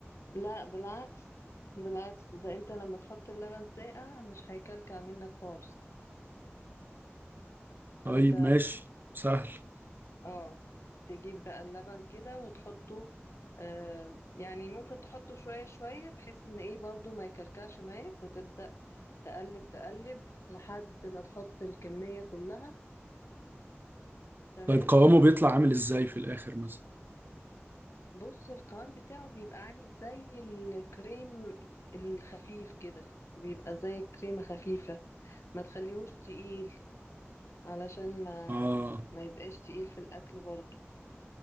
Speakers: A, on the left (about 80°); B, on the right (about 45°).
A: لا بالعكس بالعكس ده انت لما تحط اللبن ساقع مش هيكلكع منك خالص فانت
B: طيب ماشي سهل
A: اه تجيب بقى اللبن كده وتحطه آه يعني ممكن تحطه شوية شوية بحيث ان ايه برضو ما يكلكعش معاك وتبدأ تقلب تقلب لحد ما تحط الكمية كلها تمام
B: طيب قوامه بيطلع عامل ازاي في الاخر مثلا
A: بص القوام بتاعه بيبقى عامل زي الكريم الخفيف كده بيبقى زي كريمة خفيفة ما تخليهوش تقيل علشان ما
B: اه
A: ما يبقاش تقيل في الأكل برضو